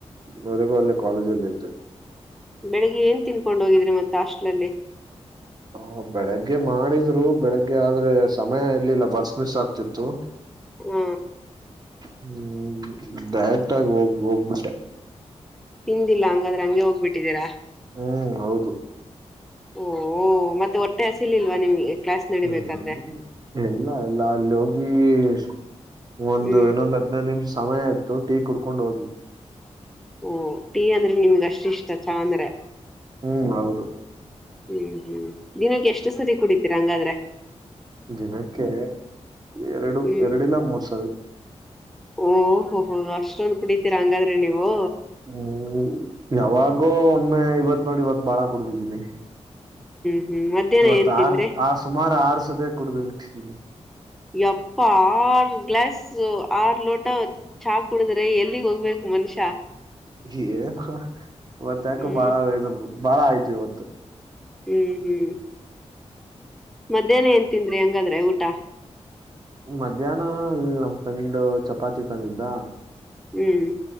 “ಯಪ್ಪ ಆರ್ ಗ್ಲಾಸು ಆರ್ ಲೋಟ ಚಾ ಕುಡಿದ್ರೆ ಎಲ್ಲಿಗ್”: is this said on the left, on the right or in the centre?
Centre